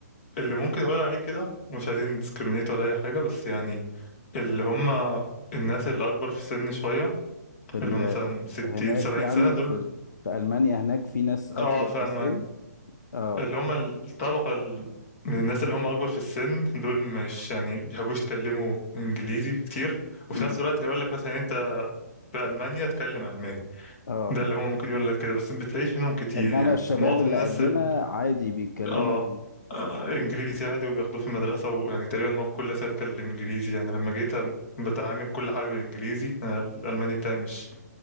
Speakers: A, on the left; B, on the left.
A: اللي ممكن اقول عليه كده مش عايزين نديسكريمينيت ولا اي حاجة بس يعني اللي هم الناس اللي اكبر في السن شوية
B: في ال...
A: اللي هم مثلا 60
B: هناك
A: 70
B: يعني
A: سنة دول
B: في ال... في المانيا هناك في ناس اكبر
A: اه في
B: في السن
A: ألمانيا
B: اه
A: اللي هم الطبقة ال- من الناس اللي هم اكبر في السن دول مش يعني بيحبوش يتكلموا انجليزي كتير وفي
B: مم.
A: نفس الوقت هيقول لك مثلا انت في ألمانيا اتكلم ألماني
B: اه
A: ده اللي هم ممكن يقول لك كده بس ما بتلاقيش منهم كتير
B: انما
A: يعني
B: الشباب
A: معظم
B: اللي
A: الناس
B: قدنا
A: ال...
B: عادي بيتكلموا
A: اه آه، انجليزي عادي وبياخدوه في المدرسه ويعني تقريبا كل سنه بتكلم انجليزي يعني لما جيت أ- بتعامل كل حاجه بالانجليزي أنا الالماني بتاعي مش